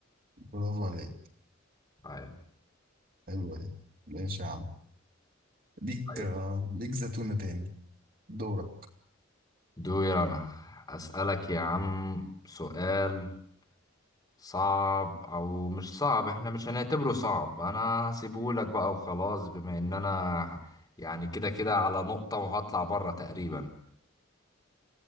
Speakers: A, on the right; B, on the left.
A: برافو عليك
B: أيوة.
A: حلوة دي ماشي يا عم ليك
B: طيب
A: آه، ليك زتونة تاني دورك
B: دور انا اسألك يا عم سؤال صعب او مش صعب احنا مش هنعتبره صعب انا هسيبهولك بقى وخلاص بما ان انا يعني كده كده على نقطة وهطلع بره تقريبا